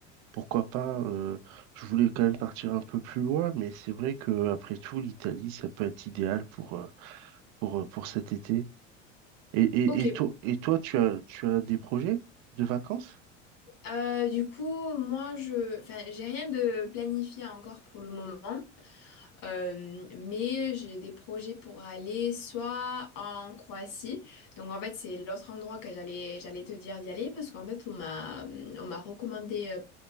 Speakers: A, on the right; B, on the left.
A: pourquoi pas. euh, je voulais quand même partir un peu plus loin, mais c'est vrai que après tout l'Italie ça peut être idéal pour euh, pour euh, pour cet été. Et, et,
B: ok.
A: et toi, et toi, tu as, tu as des projets de vacances?
B: Euh, du coup, moi je, enfin, j'ai rien de planifié encore pour le moment. Euh, mais j'ai des projets pour aller soit en Croatie. Donc en fait, c'est l'autre endroit que j'allais j'allais te dire d'y aller parce qu'en fait, on m'a on m'a recommandé euh,